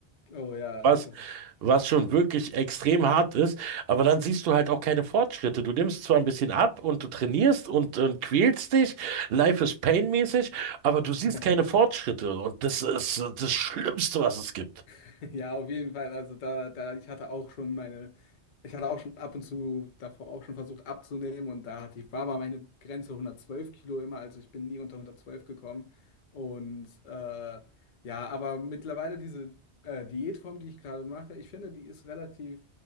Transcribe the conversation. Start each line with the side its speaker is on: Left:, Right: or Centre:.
Left: Oh ja,
Right: was
Left: das ist.
Right: was schon
Left: Ja.
Right: wirklich extrem hart ist, aber dann siehst du halt auch keine Fortschritte. Du nimmst zwar ein bisschen ab und du trainierst und, und quälst dich, Life is Pain-mäßig, aber du siehst
Left: Ja.
Right: keine Fortschritte und das ist äh, das Schlimmste, was es gibt.
Left: <laughs> Ja, auf jeden Fall. Also da, da, ich hatte auch schon meine, ich hatte auch schon ab und zu davor auch schon versucht abzunehmen und da hatte ich, war aber meine Grenze 112 Kilo immer, also ich bin nie unter 112 gekommen. Und äh, ja, aber mittlerweile diese äh, Diätform, die ich gerade mache, ich finde, die ist relativ.